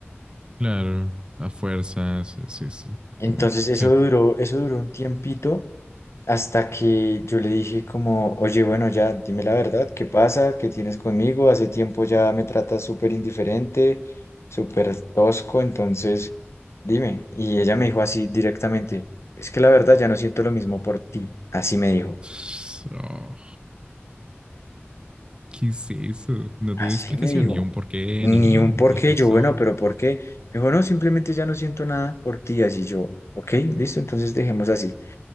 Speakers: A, on the right; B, on the left.
A: Claro, a fuerzas, sí, sí. sí.
B: Entonces
A: Como,
B: eso
A: sí,
B: duró, eso duró un tiempito Hasta que yo le dije como, oye, bueno, ya, dime la verdad, ¿qué pasa? ¿Qué tienes conmigo? Hace tiempo ya me tratas súper indiferente, súper tosco, entonces dime. Y ella me dijo así directamente, es que la verdad ya no siento lo mismo por ti. Así me dijo,
A: So, ¿Qué es eso? No
B: así
A: te dio explicación,
B: me dijo.
A: ni un porqué,
B: Ni
A: ni,
B: un por
A: ni
B: qué,
A: razón.
B: yo, bueno, pero ¿por qué? Me dijo, no, simplemente ya no siento nada por ti. Así yo, ok, listo, entonces dejemos así.